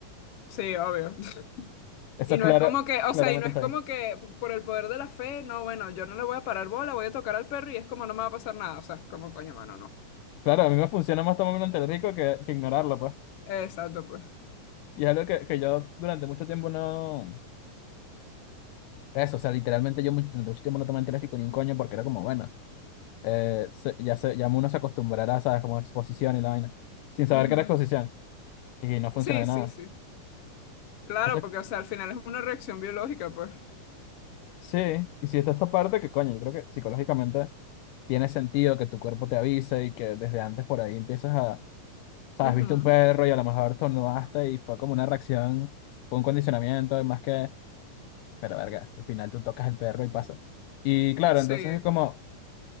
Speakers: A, on the left (about 55°); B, on the left (about 80°).
A: Sí, obvio. <laughs>
B: Eso
A: Y no
B: clara,
A: es como que, o
B: claramente
A: sea, y no
B: está
A: es como
B: ahí.
A: que por el poder de la fe, no, bueno, yo no le voy a parar bola, voy a tocar al perro y es como no me va a pasar nada. O sea, es como, coño, mano, no.
B: Claro, a mí me funciona más tomarme un antialérgico que, que ignorarlo, pues.
A: Exacto, pues.
B: Y es algo que, que yo durante mucho tiempo no... Eso, o sea, literalmente yo mu- durante mucho tiempo no tomé antialérgico ni un coño porque era como, bueno, eh, se- ya, se, ya uno se acostumbrará, ¿sabes? Como exposición y la vaina. Sin saber
A: Ujú.
B: que era exposición. Y no funciona
A: Sí,
B: de
A: sí,
B: nada.
A: sí. Claro,
B: Entonces,
A: porque, o sea, al final es una reacción biológica, pues.
B: sí, y si está esta parte, que coño, yo creo que psicológicamente tiene sentido que tu cuerpo te avise y que desde antes por ahí empiezas a sabes,
A: Ujú.
B: viste un perro y a lo mejor tornudaste y fue como una reacción, fue un condicionamiento, y más que, pero verga, al final tú tocas el perro y pasa. Y claro,
A: Sí,
B: entonces es como,